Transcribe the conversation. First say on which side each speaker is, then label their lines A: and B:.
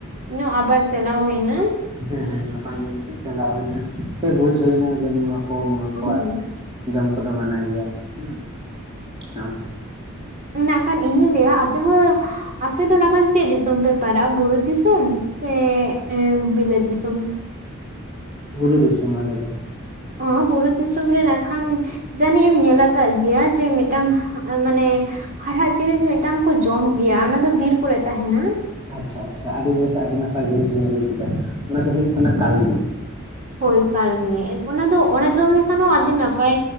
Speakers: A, on the right (about 35°); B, on the right (about 20°).
A: ᱤᱧᱟᱜ ᱟᱵᱟᱨ ᱛᱮᱞᱟ ᱦᱩᱭᱱᱟ
B: ᱦᱮᱸ ᱦᱮᱸ ᱱᱟᱯᱟᱭ ᱧᱚᱜ ᱛᱮ ᱛᱮᱞᱟ ᱦᱩᱭᱮᱱᱟ ᱥᱮ ᱵᱩᱡ ᱦᱩᱭᱱᱟ ᱡᱮ ᱱᱚᱣᱟ ᱠᱚ ᱱᱚᱣᱟ
A: ᱦᱩᱸ
B: ᱠᱚ ᱟᱨᱠᱤ ᱡᱚᱢ ᱠᱚᱫᱚ ᱢᱟᱱᱟ ᱜᱮᱭᱟ ᱦᱩᱸ, ᱦ
A: ᱢᱮᱱᱟᱜᱠᱷᱟᱱ ᱤᱧ‌ ᱦᱚᱧ ᱞᱟᱹᱭᱟ ᱟᱯᱮ ᱦᱚᱸ ᱟᱯᱮ ᱫᱚ ᱱᱟᱜ ᱠᱷᱟᱱ ᱪᱮᱫ ᱫᱤᱥᱚᱢ ᱯᱮ ᱯᱟᱲᱟᱜᱼᱟ ᱵᱩᱨᱩ ᱫᱤᱥᱚᱢ ᱥᱮ ᱵᱤᱞᱟᱹᱛ ᱫᱤᱥᱚᱢ?
B: ᱵᱩᱨᱩ ᱫᱤᱥᱚᱢ ᱟᱞᱮ ᱫᱚ,
A: ᱦᱚᱸ ᱵᱩᱨᱩ ᱫᱤᱥᱚᱢ ᱨᱮ ᱱᱟᱜ ᱠᱷᱟᱱ ᱡᱟᱹᱱᱤᱡ ᱮᱢ ᱧᱮᱞᱟ ᱟᱠᱟᱫ ᱜᱮᱭᱟ ᱡᱮ ᱢᱤᱫᱴᱟᱝ ᱢᱟᱱᱮ ᱦᱟᱲᱦᱟᱫ ᱡᱤᱱᱤᱥ ᱢᱤᱫᱴᱟᱝ ᱠᱚ ᱡᱚᱢ ᱜᱮᱭᱟ ᱚᱱᱟ ᱫᱚ ᱵᱤᱨ ᱠᱚᱨᱮ ᱛᱟᱸᱦᱮᱱᱟ᱾
B: ᱟᱪᱪᱷᱟ ᱟᱪᱪᱷᱟ ᱟᱹᱰᱤ ᱵᱮᱥ ᱟᱹᱰᱤ ᱱᱟᱯᱟᱭ ᱡᱤᱱᱤᱥ ᱵᱮᱱ ᱞᱟᱹᱭ ᱠᱮᱫᱟ ᱚᱱᱟ ᱫᱚ ᱦᱩᱭᱩᱜ ᱠᱟᱱᱟ ᱠᱟᱞᱢᱮᱠ᱾
A: ᱦᱳᱭ ᱠᱟᱞᱢᱮᱠ ᱚᱱᱟ ᱫᱚ ᱚᱱᱟ ᱡᱚᱢ ᱞᱮᱠᱷᱟᱱ ᱦᱚᱸ ᱟᱹᱰᱤ ᱱᱟᱯᱟᱭ